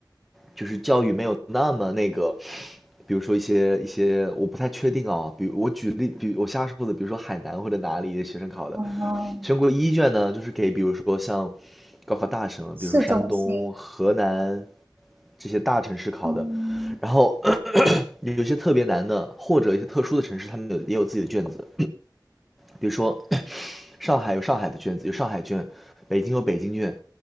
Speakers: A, in the centre; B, on the right (about 30°).
A: 就是教育没有那么那个，比如说一些一些我不太确定啊，比如我举例，比如我瞎说的，比如说海南或者哪里的学生考的。
B: 哦，
A: 全国一卷呢，就是给比如说像高考大省，
B: 市中心，
A: 比如说山东、河南、这些大城市考的，
B: 嗯
A: 然后咳咳有些特别难的，或者一些特殊的城市，他们有也有自己的卷子，比如说上海有上海的卷子，有上海卷，北京有北京卷，